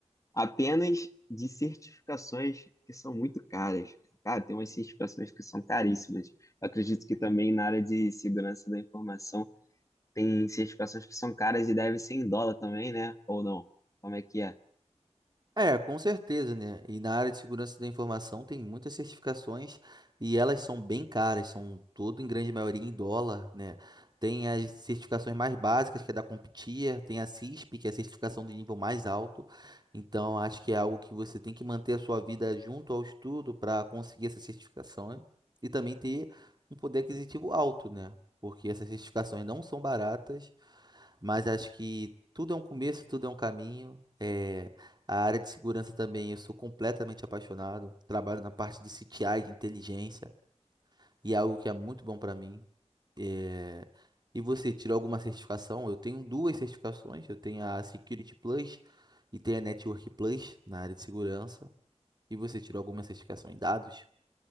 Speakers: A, on the left (about 25°); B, on the right (about 35°).
A: Apenas de certificações que são muito caras. Cara, tem umas certificações que são caríssimas. Eu acredito que também na área de segurança da informação tem certificações que são caras e devem ser em dólar também, né? Ou não? Como é que é?
B: É, com certeza, né? E na área de segurança da informação tem muitas certificações e elas são bem caras, são tudo em grande maioria em dólar, né? Tem as certificações mais básicas, que é da CompTIA, tem a CISP, que é a certificação do nível mais alto. Então, acho que é algo que você tem que manter a sua vida junto ao estudo para conseguir essa certificação hein? e também ter um poder aquisitivo alto, né? Porque essas certificações não são baratas, mas acho que tudo é um começo, tudo é um caminho. é a área de segurança também, eu sou completamente apaixonado. Trabalho na parte de CTI, de inteligência, e é algo que é muito bom para mim. É, E você, tirou alguma certificação? Eu tenho duas certificações, eu tenho a Security Plus e tenho a Network Plus na área de segurança. E você tirou alguma certificação em dados?